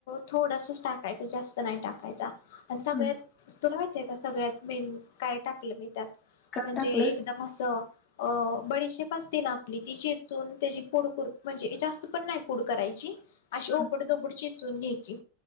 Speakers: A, on the left; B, on the left.
A: थोडासा टाकायचा जास्त नाही टाकायचा. आणि सगळ्यात
B: हं
A: तुला माहितेय ते त सगळ्यात मेन काय टाकलं मी. त्यात
B: का
A: म्हणजे
B: टाकलंस
A: एकदम असं अ बडीशेप अस ते ना आपली ती चेचून त्याची पुड कुर म्हणजे जास्त पण नाही पुड करायची अशे ओबडधोबड
B: हं
A: चे चुन घ्यायची